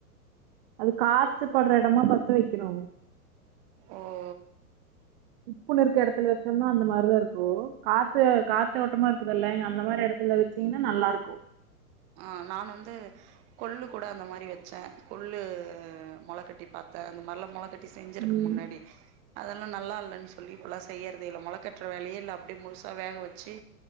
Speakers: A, on the right; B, on the right.
A: அது காத்து பட்ற எடமா பாத்து வெக்கணு
B: ஓ
A: குப்புன்னு இருக்க எடத்துல வச்சோனா அந்த மாரிதா இருக்கு காத்து காத்தோட்டமா இருக்குதில்ல எங்க அந்த மாரி எடத்துல வச் சிங்கன்னா நல்லாருக்கு
B: ஆ நான் வந்து கொள்ளு கூட அந்த மாரி வெச்சே கொள்ளு மொளக்கட்டி பாத்தே அந்த மாரிலா மொளக்கட் டி செஞ்சிருக்கு
A: ம்
B: முன்னாடி அதெல்லா நல்லா இல்லன்னு சொல்லி இப்பல்லா செய்யறதேல்ல மொளக்கட்ற வேலயே இல்ல அப்டியே முழுசா வேக வெச்சு